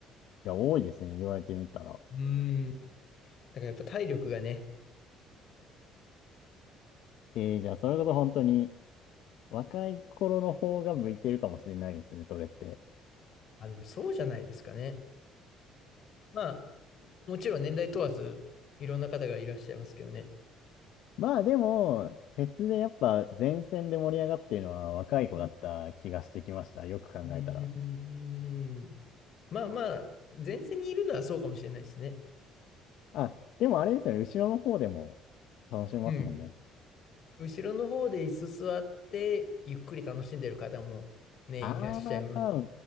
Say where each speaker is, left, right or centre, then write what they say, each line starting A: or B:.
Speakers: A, on the left; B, on the left.
A: や、多いですね。言われてみたら。
B: うん。だからやっぱ体力がね、
A: えー、じゃあ、それこそ本当に、若い頃の方が向いてるかもしれないですね、それって。
B: あの、そうじゃないですかね。まあ、もちろん年代問わず、いろんな方がいらっしゃいますけどね。
A: まあ、でも、フェスでやっぱ前線で盛り上がってるのは若い子だった気がしてきました。よく考えたら。
B: うーん。まあまあ、前線にいるのはそうかもしれないですね。
A: あ、でもあれですよね。後ろの方でも楽しめますもんね。
B: うん。後ろの方で椅子座って、ゆっくり楽しんでる方もね、
A: ああ、
B: いらっしゃいます。